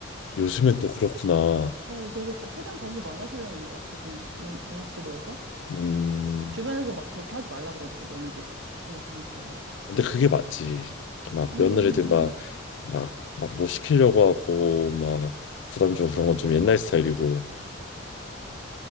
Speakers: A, on the left; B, on the right.
A: 요즘엔 또 그렇구나.
B: 어 그래서 가- 최대한 간섭 안 하시려는 것 같아. 그냥 눈 눈치 보여서
A: 음,
B: 주변에서 막 그렇게 하지 말라 그러니까 며느리한테.
A: 근데 그게 맞지. 막
B: 음,
A: 며느리들 막 막 막 뭐 시키려고 하고 막 부담 주고 그런 건 좀 옛날 스타일이고.